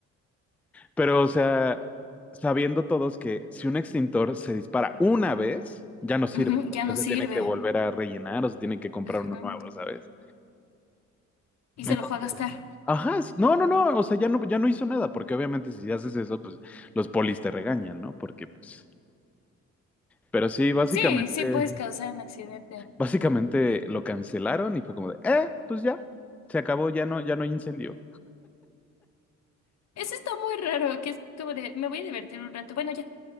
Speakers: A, in the centre; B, on the left (about 60°).
A: Pero, o sea, sabiendo todos que si un extintor se dispara una vez, ya no sirve.
B: Ujú,
A: O
B: ya
A: sea,
B: no
A: se
B: sirve.
A: tiene que volver a rellenar o se tiene que comprar
B: Ajá.
A: uno nuevo, ¿sabes?
B: Y
A: Entonces,
B: se lo fue a gastar.
A: ajá, s- no, no, no, o sea, ya no, ya no hizo nada, porque obviamente si haces eso, pues los polis te regañan, ¿no? Porque, pues, pero sí, básicamente...
B: Sí, sí puedes causar un accidente.
A: Básicamente lo cancelaron y fue como de, eh, pues ya, se acabó, ya no, ya no hay incendio.
B: Eso está muy raro, que es como de, me voy a divertir un rato. Bueno, ya.